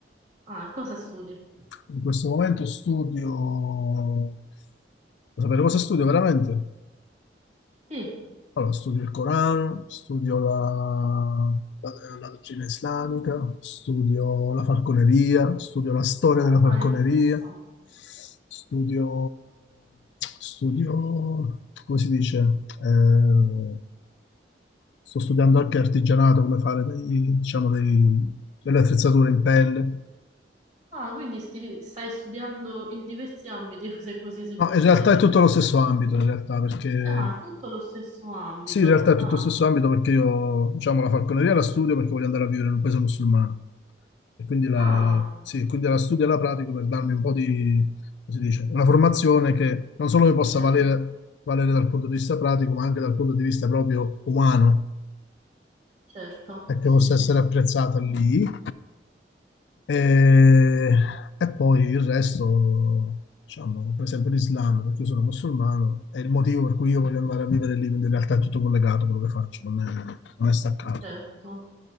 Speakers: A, on the right; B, on the left.
A: Ah, cosa studi?
B: In questo momento studio... Vuoi sapere cosa studio veramente?
A: Sì,
B: Allora, studio il Corano, studio la, la- la dottrina islamica, studio la falconeria, studio la storia della falconeria,
A: ah, interessante.
B: studio, studio, come si dice? Eh, sto studiando anche artigianato, come fare dei- diciamo, dei- delle attrezzature in pelle.
A: Ah, quindi sti- stai studiando in diversi ambiti, <laughs> se così si
B: No,
A: può
B: in
A: dire.
B: realtà è tutto lo stesso ambito, in realtà, perché
A: Ah, tutto lo stesso ambito.
B: Sì, in realtà è
A: Ah,
B: tutto lo stesso ambito perché io, diciamo, la falconeria la studio perché voglio andare a vivere in un paese musulmano. E quindi la,
A: ah,
B: sì, quindi la studio e la pratico per darmi un po' di, come si dice, una formazione che non solo mi possa
A: certo,
B: valere, valere dal punto di vista pratico, ma anche dal punto di vista proprio umano,
A: certo,
B: e
A: sì,
B: che possa
A: sì,
B: essere
A: sì,
B: apprezzata lì. E, e poi il resto, diciamo, per esempio l'Islam, perché io sono musulmano, è il motivo per cui io voglio andare a vivere lì, quindi in realtà è tutto collegato quello che faccio, non è, non è staccato.
A: certo.